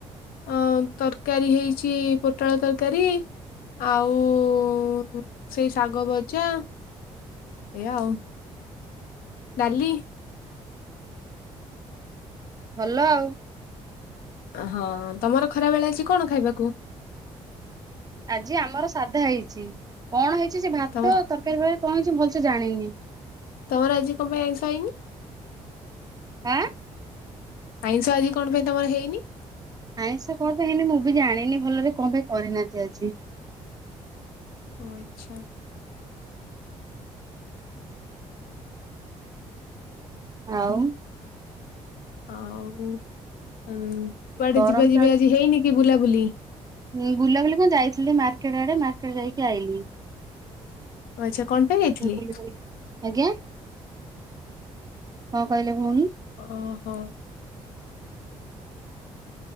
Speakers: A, on the left (about 60°); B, on the right (about 20°).
A: ଅ ତରକାରୀ ହେଇଛି ପୋଟାଳ ତରକାରୀ। ଆଉ ସେଇ ଶାଗ ଭଜା ଏଇଆ ଆଉ ଡାଲି।
B: ଭଲ ଆଉ।
A: ହଁ ତମର ଖରାବେଳେ ଆଜି କଣ ଖାଇବକୁ।
B: ଆଜି ଆମର ସାଧା ହେଇଛି କଣ ହେଇଛି ସେ ଭାତ
A: ତମ
B: ତରକାରୀ ଫକାରୀ କଣ ହେଇଛି ଭଲସ ଜାଣିନି।
A: ତୋର ଆଜି କଣ ପାଇଁ ଆଇଁଷ ହେଇନି?
B: ଆଁ?
A: ଆଇଁଷ ଆଜି କଣ ପାଇଁ ତମର ହେଇନି?
B: ଆାଇଁଷ କଣ ପାଇଁ ହେଇନି ମୁଁ ବି ଜାଣିନି ଭଲରେ କଣ ପାଇଁ କରିନାହାନ୍ତି ଆଜି।
A: ଓ ଆଚ୍ଛା।
B: ଆଉ।
A: ଆଉ ଅଁ କୁଆଡେ
B: ଗରମ
A: ଯିବା ଯିବା ଆଜି ହେଇନି କି ବୁଲାବୁଲି?
B: ହଁ ବୁଲାବୁଲି କଣ ଯାଇଥିଲି ମାର୍କେଟ ଆଡେ ମାର୍କେଟ ଯାଇକି ଆଇଲିି।
A: ଓ ଆଚ୍ଛା କଣ ପାଇଁ ଯାଇଥିଲେ?
B: ବୁଲିବାଲି ଆଜ୍ଞା କଣ କହିଲେ ଭଉଣୀ?
A: ଓହୋ।